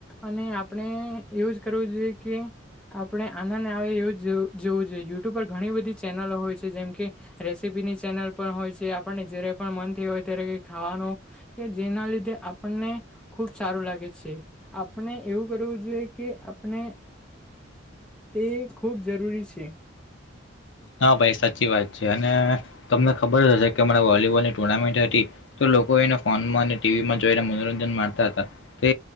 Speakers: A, in the centre; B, on the left.
A: અને આપણે એવું જ કરવું જોઈએ કે આપડે આનંદ આવે એવું જ જોવું જોઈએ. યુ ટ્યૂબ પર ઘણી બધી ચેનલો હોય છે, જેમ કે રેસીપીની ચેનલ પણ હોય છે. આપણને જયારે પણ મન થયુ હોય ત્યારે કઈ ખાવાનો કે જેના લીધે આપણને ખુબ સારું લાગે છે આપણે એવું કરવું જોઈએ કે આપણે તે ખૂબ જરૂરી છે.
B: હા, ભાઈ સાચી વાત છે. અને તમને ખબર જ હશે કે અમારા વોલીબોલની ટુર્નામેન્ટ હતી તો લોકો એને ફોનમાંને ટીવીમાં જોઈને મનોરંજન માણતા હતા. તે